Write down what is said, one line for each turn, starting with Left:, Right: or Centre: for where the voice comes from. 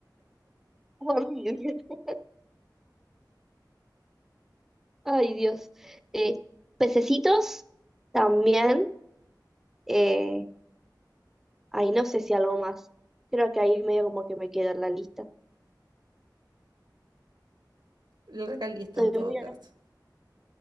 Centre: <laughs> horrible. ay Dios. Eh, pececitos también, eh, ay no sé si algo más, creo que ahí medio como que me quedo en la lista,
Right: La realista
Centre: estoy
Right: en todo
Centre: muy,
Right: caso.
Centre: a-